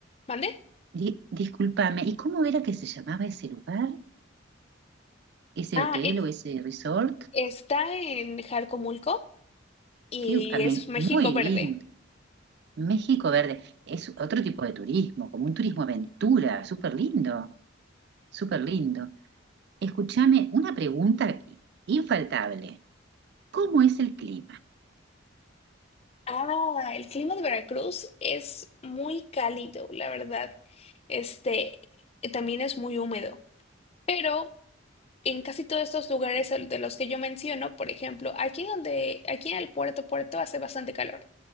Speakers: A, on the left; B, on the right.
A: ¿mande?
B: Di- discúlpame, ¿y cómo era que se llamaba ese lugar, ese
A: Ah,
B: hotel
A: e-
B: o ese resort?
A: está en Jarcomulco y
B: Que, a mí,
A: es México
B: muy
A: Verde.
B: lindo. México Verde es otro tipo de turismo, como un turismo aventura, súper lindo, súper lindo. Escúchame, una pregunta infaltable. ¿Cómo es el clima?
A: Ah, el clima de Veracruz es muy cálido, la verdad. Este, también es muy húmedo, pero en casi todos estos lugares el- de los que yo menciono, por ejemplo, aquí donde, aquí en el puerto, puerto hace bastante calor.